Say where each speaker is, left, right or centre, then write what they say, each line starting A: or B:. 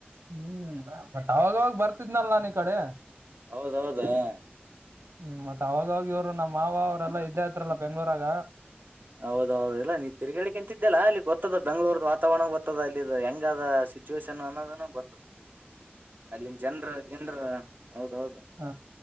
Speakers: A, on the right; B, on the right.
A: ಹ್ಮ್ ಮತ್ತ ಅವಾಗವಾಗ ಬರ್ತಿದ್ನಲ್ಲ ನಾನ್ ಈ ಕಡೆ
B: ಹೌದೌದಾ ಆ
A: ಹ್ಮ್ ಮತ್ತತ್ ಅವಾಗ ಇವ್ರು ನಮ್ಮ ಮಾವ ಅವರೆಲ್ಲಾ ಇದ್ದೇ ಆತ್ರಲ್ಲ ಬೆಂಗ್ಳೂರಾಗ
B: ಹೌದೌದು ಇಲ್ಲಾ ನೀನ್ ತಿರುಗಿಿಕೆ ಎಂತ ಇದಿದ್ದಲ್ಲ ಅಲ್ಲಿ ಗೊತ್ತದ ಬೆಂಗಗಳೂರ್ದ ವಾತಾವರಣ ಗೊತ್ತದ ಅಲ್ಲಿಂದು ಇ ಹೆಂಗದ ಸಿಚುವೇೇಶನ್ ಅನ್ನೋದನ ಗೊತ್ತ ಅಲ್ಲಿನ್ ಜನ್ರ ಗಿನ್ರು ಹೌದೌದು
A: ಹ